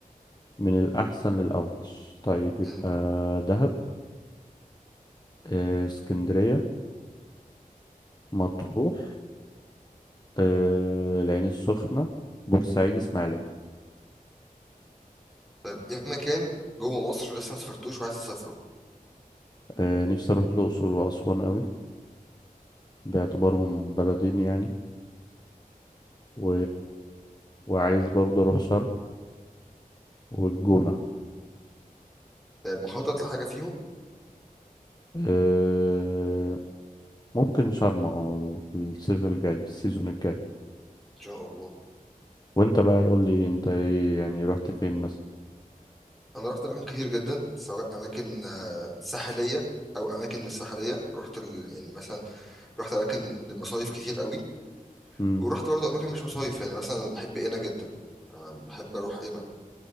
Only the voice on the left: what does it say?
من الأحسن للأوحش طيب يبقى
دهب آه، اسكندرية مطروح آه، العين السخنة بورسعيد اسماعيلية
آه، نفسي أروح الأقصر وأسوان أوي باعتبارهم بلدين يعني و... وعايز برضه أروح شرم والجونة
آه، ممكن شرم اه ال- الصيف الجاي السيزون الجاي
وانت بقى يقول لي انت ايه يعني رحت فين مثلا
مم.